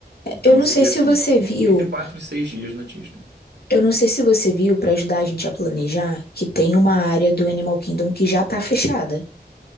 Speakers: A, on the right; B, on the left.
A: Então
B: Eu não
A: seria
B: sei se
A: assim,
B: você viu
A: entre 4 e 6 dias na Disney.
B: Eu não sei se você viu, para ajudar a gente a planejar, que tem uma área do Animal Kingdom que já tá fechada,